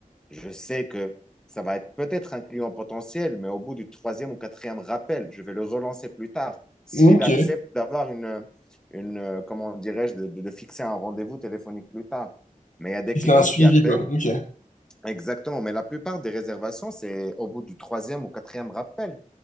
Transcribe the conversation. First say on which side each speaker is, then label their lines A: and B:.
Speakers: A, in the centre; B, on the left.
A: Je sais que ça va être peut-être un client potentiel, mais au bout du troisième ou quatrième rappel, je vais le relancer plus tard. S'il
B: Ok.
A: accepte d'avoir une, une, euh, comment dirais-je, de, de- de fixer un rendez-vous téléphonique plus tard. Mais il y a des
B: C'est
A: clients
B: un suivi,
A: qui appellent,
B: quoi. Ok.
A: exactement, mais la plupart des réservations, c'est au bout du troisième ou quatrième rappel.